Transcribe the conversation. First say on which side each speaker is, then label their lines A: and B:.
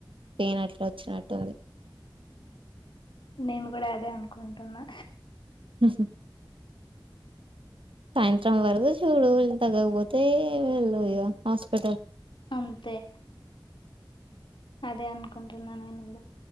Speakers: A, on the right; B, on the left.
A: పెయినట్లోచ్చినట్టుంది.
B: నేను కూడా అదే అనుకుంటున్నా.
A: హుహుమ్ సాయంత్రం వరకు చూడు ఇంక తగ్గకపోతే వేళ్ళు ఇగ హాస్పిటల్
B: అంతే అదే అనుకుంటున్నా నేను కూడా